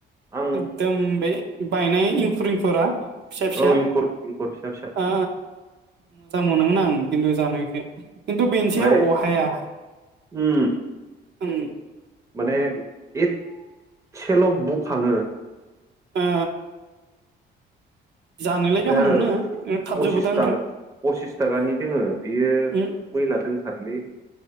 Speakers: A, on the right; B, on the right.
A: आं
B: एकदम बे बायनाय इंखुर इंखुरा फिसा फिसा
A: औ इंखुर इंखुर फिसा फिसा
B: ओ मोजां मोनोमोन आं खिन्थु जानो इखौ खिन्थु
A: ओमफ्राय
B: बेनोसै अहाया
A: उम
B: उम।
A: माने एसेल' बुखाङो।
B: ओ जानोलाय
A: ओमफ्राय
B: गाहाम
A: आरो
B: मोनो थाबजोबो
A: पसिसथा
B: दा ओमफ्राय
A: पसिस थाखानि दोङो बेयो
B: उम
A: मैला दंथारलै।